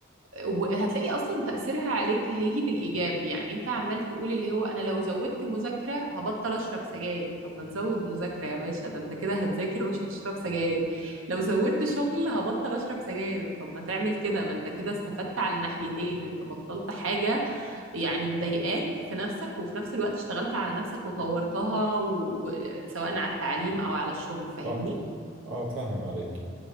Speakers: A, on the right; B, on the right.
A: وهتلاقي اصلا تاثيرها عليك هيجي بالايجاب يعني انت عمال تقول اللي هو انا لو زودت مذاكره هبطل اشرب سجاير طب ما نزود مذاكره يا باشا ده انت كده هتذاكر ومش هتشرب سجاير لو زودت شغل هبطل اشرب سجاير طب ما تعمل كده ما انت كده استفدت على ناحيتين انت بطلت حاجه يعني مضايقاك في نفسك وفي نفس الوقت اشتغلت على نفسك وطورتها و- سواء على التعليم او على الشغل فاهمني
B: صح اه فاهم عليك